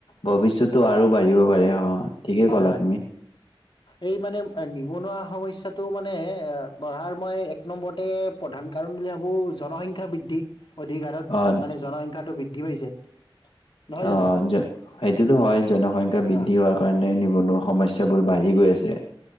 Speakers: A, on the left; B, on the left.
A: ভৱিষ্যতটো
B: হয়
A: আৰু বাঢ়িব পাৰে হয়। ঠিকেই
B: হয়
A: ক'লা
B: হয়।
A: তুমি?
B: এই মানে নিবনুৱা সমস্াটো মানে এ বঢ়াৰ মই এক নম্বৰতে প্ৰধান কাৰণ বুলি ভাবো জনসংখ্য্া বৃদ্ধি। অধিক হাৰত
A: অ'
B: মানে জনসংখ্যাটো বৃদ্ধি? বুদ্ধি পাইছে? নহয়
A: অ
B: জানো
A: সেইটোতো হয় জনসংখ্যা বৃদ্ধি
B: অঁ
A: হোৱাৰ কাৰণে? কোনো সমস্যাবোৰ বাঢ়ি গৈ আছে?